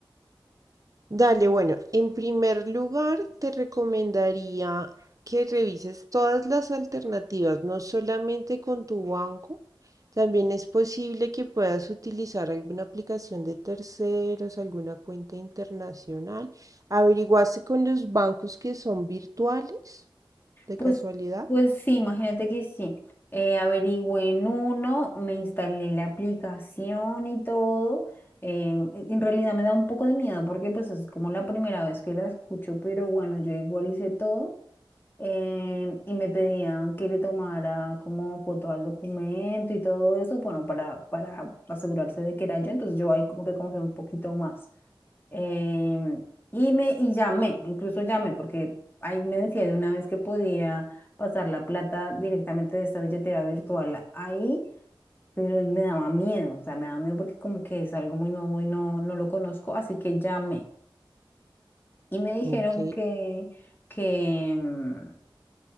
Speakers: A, on the right; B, on the left.
A: Dale, bueno, en primer lugar te recomendaría que revises todas las alternativas, no solamente con tu banco, también es posible que puedas utilizar alguna aplicación de terceros, alguna cuenta internacional. ¿Averiguaste con los bancos que son virtuales, de
B: Pues,
A: casualidad?
B: pues sí, imagínate que sí. Eh, averigüé en uno, me instalé la aplicación y todo. eh, en realidad me da un poco de miedo porque pues es como la primera vez que la escucho, pero bueno, yo igual hice todo. eh, y me pedían que le tomara como foto al documento y todo eso, bueno, para, para asegurarse de que era yo. Entonces yo ahí como que confié un poquito más. Em, y me y llamé, incluso llamé, porque ahí me decía de una vez que podía pasar la plata directamente de esta billetera virtual ahí, pero me daba miedo, o sea, me daba miedo porque como que es algo muy nuevo y no, no lo conozco, así que llamé. Y me dijeron
A: Ok.
B: que, que, mm,